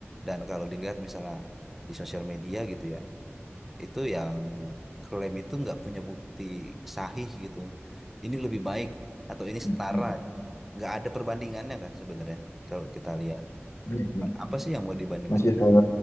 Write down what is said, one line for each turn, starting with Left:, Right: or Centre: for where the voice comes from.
Centre: Dan kalau dilihat misalnya di sosial media gitu ya, itu yang klaim itu nggak punya bukti sahih gitu. Ini lebih baik atau ini
Left: Mm-mm.
Centre: setara gitu. Nggak ada perbandingannya kan sebenarnya kalau kita lihat.
Left: Iya sih.
Centre: Apa sih yang mau dibandingkan
Left: Masih
Centre: nggak
Left: ada
Centre: ada.